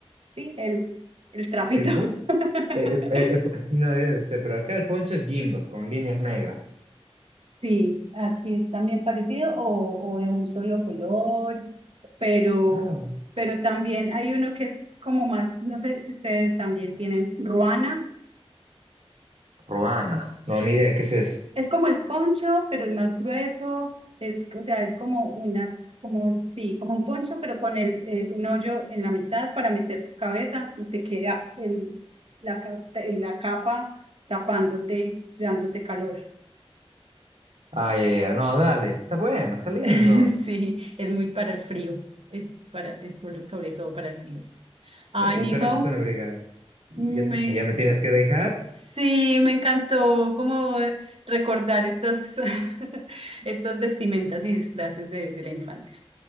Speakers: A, on the right; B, on the right.
A: sí, el, el trapito.
B: El
A: <laughs>
B: pon el el el- no debe ser, pero acá el poncho es guindo, con líneas negras.
A: Sí, aquí es también parecido o, o de un solo color, pero,
B: Ah,
A: pero también hay uno que es como más, no sé si ustedes también tienen ruana,
B: Ruana, no, ni idea, ¿qué es eso?
A: Es como el poncho, pero es más grueso, es, o sea, es como una, como, sí, como un poncho, pero con el, eh, un hoyo en la mitad para meter tu cabeza y te queda el, la, ca- te- la capa tapándote, dándote calor.
B: Ay, ay, ay, no, dale, está bueno, está lindo.
A: <laughs> Sí, es muy para el frío, es para, es solo- sobre todo para el frío. Ay,
B: No, Y
A: Nico,
B: suena, suena brigado. Ya,
A: me,
B: ya me tienes que dejar.
A: sí, me encantó como recordar estas, <laughs> estas vestimentas y disfraces de, de la infancia.